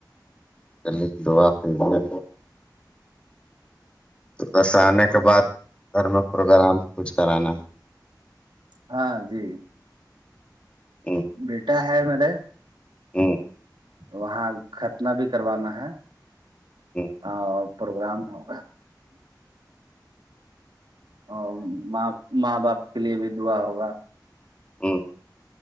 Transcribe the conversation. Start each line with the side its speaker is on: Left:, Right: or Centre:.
Left: کلی دعا ہو جیئے بس آنے کے بعد دھرم پروگرام کچھ کرانا
Right: ہاں جی
Left: ہوں
Right: بیٹا ہے مرے
Left: ہوں
Right: وہاں ختناہ بھی کروانا ہے
Left: ہوں
Right: اور پروگرام میں ہوگا ا ماں ماں باپ کے لیے بھی دعا ہوگا
Left: ہاں